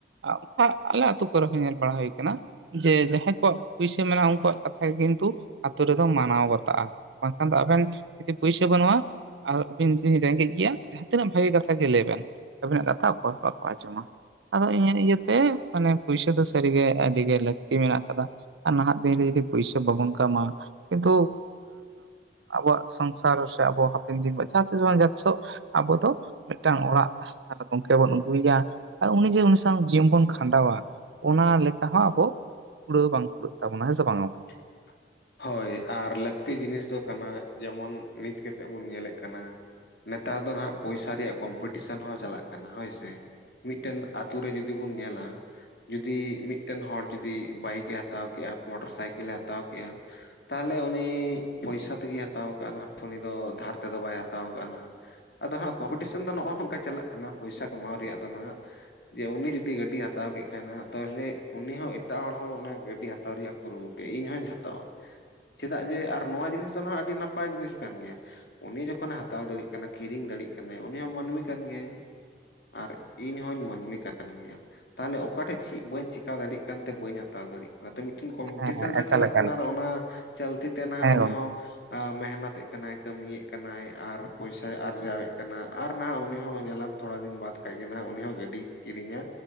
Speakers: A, on the right; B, on the left.
A: ᱟᱱᱠᱟ ᱟᱞᱮ ᱟᱹᱛᱳ ᱠᱚᱨᱮ ᱦᱚᱸ ᱧᱮᱞ ᱵᱟᱲᱟ ᱦᱩᱭ ᱠᱟᱱᱟ ᱾ ᱡᱮ ᱡᱟᱦᱟᱸᱭ ᱠᱚᱣᱟᱜ ᱯᱩᱭᱥᱟᱹ ᱢᱮᱱᱟᱜ-ᱟ, ᱩᱱᱠᱩᱣᱟᱜ ᱠᱟᱛᱷᱟ ᱜᱮ ᱠᱤᱱᱛᱩ ᱟᱛᱳ ᱨᱮᱫᱚ ᱢᱟᱱᱟᱣ ᱵᱟᱛᱟᱜ-ᱟ᱾ ᱵᱟᱝᱠᱷᱟᱱ ᱫᱚ ᱟᱵᱮᱱ ᱡᱩᱫᱤ ᱯᱩᱭᱥᱟᱹ ᱵᱟᱹᱱᱩᱜ-ᱟ ᱟᱨ ᱟᱹᱵᱤᱱ ᱵᱤᱱ ᱨᱮᱸᱜᱮᱡ ᱜᱮᱭᱟ ᱡᱟᱦᱟᱸ ᱛᱤᱱᱟᱹᱜ ᱵᱷᱟᱹᱜᱮ ᱠᱟᱛᱷᱟ ᱜᱮ ᱞᱟᱹᱭ ᱵᱮᱱ ᱟᱵᱤᱱᱟᱜ ᱠᱟᱛᱷᱟ ᱚᱠᱚᱭ ᱦᱚᱸ ᱵᱟᱠᱚ ᱟᱸᱡᱚᱢᱟ᱾ ᱟᱫᱚ ᱤᱧᱟᱹᱜ ᱤᱭᱟᱹᱛᱮ ᱢᱟᱱᱮ ᱯᱩᱭᱥᱟᱹ ᱫᱚ, ᱥᱟᱹᱨᱤᱜᱮ ᱟᱹᱰᱤ ᱜᱮ ᱞᱟᱹᱠᱛᱤ ᱢᱮᱱᱟᱜ ᱠᱟᱫᱟ ᱾ ᱟᱨ ᱱᱟᱦᱟᱜ ᱫᱤᱱᱨᱮ ᱡᱚᱫᱤ ᱯᱩᱭᱥᱟᱹ ᱵᱟᱵᱚᱱ ᱠᱟᱢᱟ ᱠᱤᱱᱛᱩ ᱟᱵᱚᱣᱟᱜ ᱥᱚᱝᱥᱟᱨ ᱥᱮ ᱟᱵᱚ ᱦᱟᱯᱮᱱ ᱫᱤᱱ ᱡᱟᱦᱟᱸ ᱛᱤᱥ ᱵᱟᱝ ᱡᱟᱦᱟᱸ ᱛᱤᱥᱚᱜ ᱟᱵᱚ ᱫᱚ ᱢᱤᱫᱴᱟᱝ ᱚᱲᱟᱜ ᱟᱨ ᱜᱚᱝᱠᱮ ᱵᱚᱱ ᱟᱹᱜᱩᱭᱮᱭᱟ ᱾ ᱟᱨ ᱩᱱᱤ ᱡᱮ ᱩᱱᱤ ᱥᱟᱶ ᱡᱤᱭᱚᱱ ᱵᱚᱱ ᱠᱷᱟᱸᱰᱟᱣᱟ ᱚᱱᱟ ᱞᱮᱠᱟ ᱦᱚᱸ ᱟᱵᱚ ᱠᱩᱲᱟᱹᱣ ᱵᱟᱝ ᱠᱩᱲᱟᱹᱜ ᱛᱟᱵᱚᱱᱟ ᱦᱮᱸ ᱥᱮ ᱵᱟᱝ ᱜᱚᱝᱠᱮ?
B: <unintelligible> ᱦᱳᱭ ᱟᱨ ᱞᱟᱹᱠᱛᱤ ᱡᱤᱱᱤᱥ ᱫᱚ ᱠᱟᱱᱟ ᱡᱮᱢᱚᱱ ᱱᱤᱛ ᱠᱟᱛᱮᱜ ᱵᱚᱱ ᱧᱮᱞᱮᱜ ᱠᱟᱱᱟ ᱾ ᱱᱮᱛᱟᱨ ᱫᱚ ᱱᱟᱦᱟᱜ ᱯᱚᱭᱥᱟ ᱨᱮᱭᱟᱜ ᱠᱚᱢᱯᱤᱴᱤᱥᱮᱱ ᱦᱚᱸ ᱪᱟᱞᱟᱜ ᱠᱟᱱᱟ ᱦᱳᱭ ᱥᱮ᱾ ᱢᱤᱫᱴᱮᱱ ᱟᱛᱳ ᱨᱮ ᱡᱩᱫᱤ ᱵᱚᱱ ᱧᱮᱞᱟ ᱡᱩᱫᱤ ᱢᱤᱫᱴᱮᱱ ᱦᱚᱲ ᱡᱩᱫᱤ ᱵᱟᱭᱤᱠᱮ ᱦᱟᱛᱟᱣ ᱠᱮᱜ-ᱟ, ᱢᱚᱴᱚᱨ ᱥᱟᱭᱠᱮᱞᱮ ᱦᱟᱛᱟᱣ ᱠᱮᱜ-ᱟ ᱛᱟᱦᱚᱞᱮ ᱩᱱᱤ ᱯᱚᱭᱥᱟ ᱛᱮᱜᱮᱭ ᱦᱟᱛᱟᱣ ᱠᱟᱜ-ᱟ, ᱱᱟᱦᱟᱜ ᱩᱱᱤ ᱫᱚ ᱫᱷᱟᱨ ᱛᱮᱫᱚ ᱵᱟᱭ ᱦᱟᱛᱟᱣ ᱠᱟᱜ-ᱟ, ᱱᱟᱦᱟᱜ ᱟᱫᱚ ᱦᱟᱸᱜ ᱠᱚᱢᱯᱤᱴᱤᱥᱮᱱ ᱫᱚ ᱱᱚᱜ-ᱚᱜ ᱱᱚᱝᱠᱟ ᱪᱟᱞᱟᱜ ᱠᱟᱱᱟ, ᱯᱚᱭᱥᱟ ᱠᱟᱢᱟᱣ ᱨᱮᱭᱟᱜ ᱫᱚ ᱱᱟᱜ ᱡᱮ ᱩᱱᱤ ᱡᱩᱫᱤ ᱜᱟᱹᱰᱤ ᱦᱟᱛᱟᱣ ᱠᱮᱜ ᱠᱷᱟᱱ ᱱᱟᱜ, ᱛᱟᱦᱚᱞᱮ ᱩᱱᱤ ᱦᱚᱸ ᱮᱴᱟᱜ ᱦᱚᱲ ᱦᱚᱸ ᱚᱱᱟ ᱜᱟᱹᱰᱤ ᱦᱟᱛᱟᱣ ᱨᱮᱭᱟᱜ ᱠᱩᱨᱩᱢᱩᱴᱩᱭᱟ ᱤᱧ ᱦᱚᱧ ᱦᱟᱛᱟᱣᱼᱟ, ᱪᱮᱫᱟᱜ ᱡᱮ ᱟᱨ ᱱᱚᱣᱟ ᱡᱤᱱᱤᱥ ᱫᱚ ᱦᱟᱸᱜ ᱟᱹᱰᱤ ᱱᱟᱯᱟᱭ ᱡᱤᱱᱤᱥ ᱠᱟᱱ ᱜᱮᱭᱟ ᱾ ᱩᱱᱤ ᱡᱚᱠᱷᱚᱱᱮ ᱦᱟᱛᱟᱣ ᱫᱟᱲᱤᱜ ᱠᱟᱱᱟ ᱠᱤᱨᱤᱧ ᱫᱟᱲᱮᱜ ᱠᱟᱱᱟᱭ ᱩᱱᱤ ᱦᱚᱸ ᱢᱟᱹᱱᱢᱤ ᱠᱟᱱ ᱜᱮᱭᱟᱭ ᱟᱨ ᱤᱧ ᱦᱚᱸᱧ ᱢᱟᱹᱱᱢᱤ ᱠᱟᱱ ᱜᱮᱭᱟ ᱾ ᱛᱟᱦᱚᱞᱮ ᱚᱠᱟᱴᱷᱮᱡ ᱪᱤ ᱵᱟᱹᱧ ᱪᱤᱠᱟᱹ ᱫᱟᱲᱜ ᱠᱟᱱᱛᱮ ᱵᱟᱹᱧ ᱦᱟᱛᱟᱣ ᱫᱟᱲᱮᱜ ᱚᱱᱟᱛᱮ ᱢᱤᱫᱴᱮᱱ ᱠᱚᱢᱯᱤᱴᱤᱥᱮᱱ
A: ᱦᱮᱸ ᱦᱮᱸ
B: ᱨᱮ
A: ᱮᱠᱟᱞ
B: ᱪᱟᱞᱟᱜ
A: ᱮᱠᱟᱞ
B: ᱠᱟᱱᱟ, ᱟᱨ ᱚᱱᱟ ᱪᱚᱞᱛᱤ ᱛᱮ ᱱᱟᱦᱟᱜ
A: ᱦᱮᱸ
B: ᱩᱱᱤ
A: ᱜᱚᱝᱠᱮ
B: ᱦᱚᱸ ᱢᱮᱦᱱᱚᱛᱮᱜ ᱠᱟᱱᱟᱭ ᱠᱟᱹᱢᱤᱭᱮᱜ ᱠᱟᱱᱟᱭ ᱟᱨ ᱯᱚᱭᱥᱟᱭ ᱟᱨᱡᱟᱣᱮᱜ ᱠᱟᱱᱟ, ᱟᱨ ᱱᱟᱦᱟᱜ ᱩᱱᱤ ᱦᱚᱸ ᱧᱮᱞᱟᱢ ᱛᱷᱚᱲᱟ ᱫᱤᱱ ᱵᱟᱫ ᱠᱷᱟᱡ ᱜᱮ ᱱᱟᱦᱟᱜ ᱩᱱᱤ ᱦᱚᱸ ᱜᱟᱹᱰᱤ ᱠᱤᱨᱤᱧᱟ᱾